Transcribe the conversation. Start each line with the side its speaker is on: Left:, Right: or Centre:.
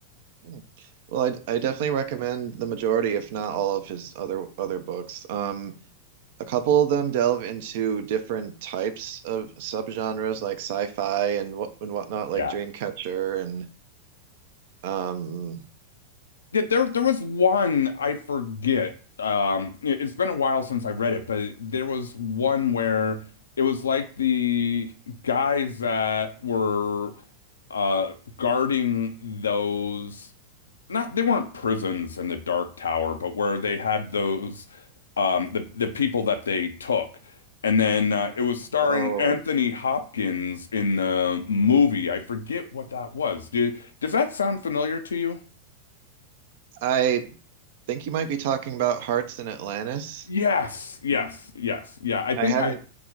Right: Hmm. Well, I I definitely recommend the majority, if not all of his other other books. Um, a couple of them delve into different types of subgenres like sci-fi and what and whatnot, like
Left: Yeah,
Right: Dreamcatcher and um.
Left: Yeah, there there was one I forget. Um, it- it's been a while since I read it, but there was one where it was like the guys that were uh guarding those not they weren't prisons in the Dark Tower, but where they had those um the the people that they took. And then uh, it was starring
Right: Oh,
Left: Anthony Hopkins in the movie. I forget what that was. Did, does that sound familiar to you?
Right: I think you might be talking about Hearts in Atlantis.
Left: Yes, yes, yes. Yeah, I think
Right: I haven't
Left: I